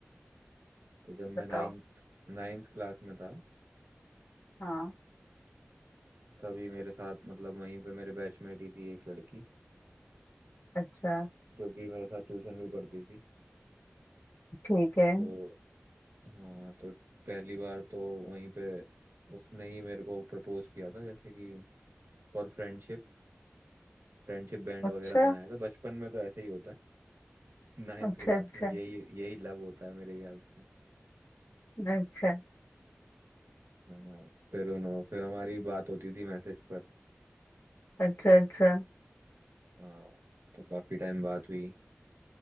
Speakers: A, on the right; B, on the left.
A: तो जब
B: बताओ
A: मैं नाइन्थ नाइन्थ क्लास में था
B: हाँ
A: तभी मेरे साथ मतलब वहीं पे मेरे बैचमेट ही थी एक लड़की
B: अच्छा
A: जो कि मेरे साथ ट्यूशन भी पढ़ती थी
B: ठीक है
A: तो हाँ तो पहली बार तो वहीं पे उसने ही मेरे को प्रपोज किया था जैसे कि फॉर फ्रेंडशिप फ्रेंडशिप बैंड
B: अच्छा
A: वगैरह पहनाया था बचपन में तो ऐसे ही होता है <laughs> नाइन्थ
B: अच्छा
A: क्लास
B: अच्छा
A: में यही यही लव होता है मेरे ख्याल से
B: अच्छा
A: हाँ फिर उन्होंने फिर हमारी बात होती थी मैसेज पर
B: अच्छा अच्छा
A: हाँ तो काफी टाइम बात हुई